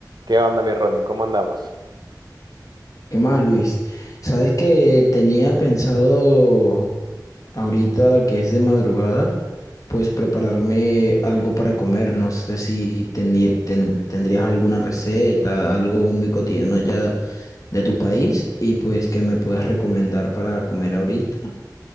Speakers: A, on the right (about 75°); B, on the left (about 50°).
A: ¿Qué onda, mi Ronnie? ¿Cómo andamos?
B: ¿Qué más, Luis? Sabes que tenía pensado ahorita que es de madrugada, pues prepararme algo para comer. No sé si teni- ten- tendrías alguna receta, algo muy cotidiano allá de tu país y pues que me puedas recomendar para comer ahorita,